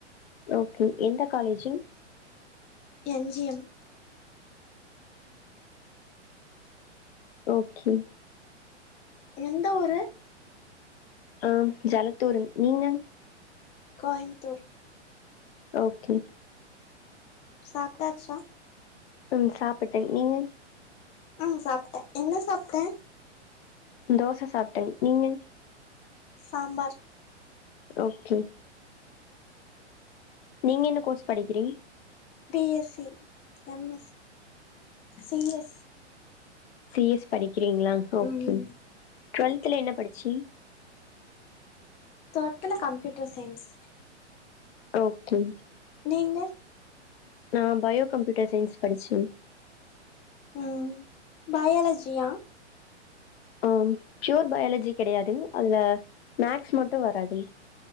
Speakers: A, on the left; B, on the left.
A: ஓகே எந்த college
B: N G M
A: okay
B: எந்த ஊரு?
A: ஆ ஜலத்தூர், நீங்க?
B: கோயமுத்தூர்
A: ஓகே
B: சாப்ட்டாச்சா
A: ம் சாப்பிட்டே, நீங்க
B: ஆ சாப்ட்டே, என்ன சாப்ட்டே
A: தோச சாப்ட்டே, நீங்க
B: சாம்பார்
A: ஓகே நீங்க என்ன கோர்ஸ் படிக்கிறீங்
B: B S C M S C S
A: C S படிக்கிறீங்ளா ஓகே
B: ம்
A: டுவெல்த்ல என்ன படிச்சி
B: டுவெல்த்ல கம்ப்யூட்டர் சயின்ஸ்
A: ஓகே
B: நீங்க
A: நா பயோ கம்ப்யூட்டர் சயின்ஸ் படிச்சே
B: ம் பயாலஜியா
A: ஆ ப்யூர் பயாலஜி கிடையாது அதுல மேக்ஸ் மட்டு வராது